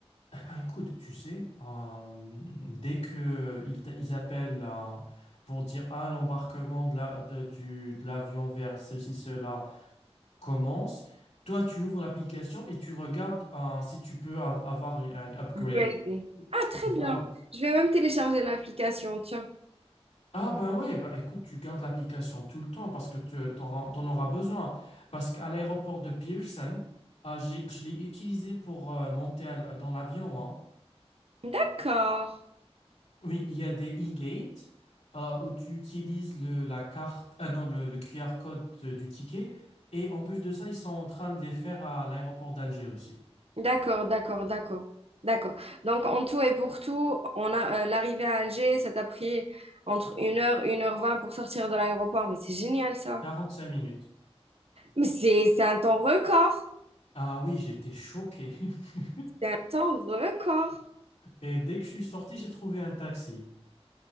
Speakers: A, on the left; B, on the right.
A: Eh ben, écoute, tu sais, euh, dès que ils, t'a- ils appellent euh, pour dire ah l'embarquement de la- de- du- de l'avion vers ceci, cela commence, toi tu ouvres l'application et tu regardes euh, si tu peux av- avoir un upgrade.
B: Grey Grey. Ah, très
A: Voilà.
B: bien. Je vais même télécharger l'application, tiens.
A: Ah ben oui, bah écoute, tu gardes l'application tout le temps parce que tu euh, t'en, t'en auras besoin. Parce qu'à l'aéroport de Pearson, ah, j'ai- je l'ai utilisé pour euh, monter à- dans l'avion, hein.
B: D'accord.
A: Oui, il y a des e-gates euh, où tu utilises le, la carte, ah non, le, le QR code euh, du ticket. Et en plus de ça, ils sont en train de les faire à l'aéroport d'Alger aussi.
B: D'accord, d'accord, d'accord. D'accord. Donc, en tout et pour tout, on a euh, l'arrivée à Alger, ça t'a pris entre 1 h une heure vingt pour sortir de l'aéroport. Mais c'est génial, ça.
A: 45 minutes.
B: Mais c'est, c'est un temps record.
A: Ah oui, j'étais choqué. <laughs>
B: C'est un temps record.
A: Et dès que je suis sorti, j'ai trouvé un taxi.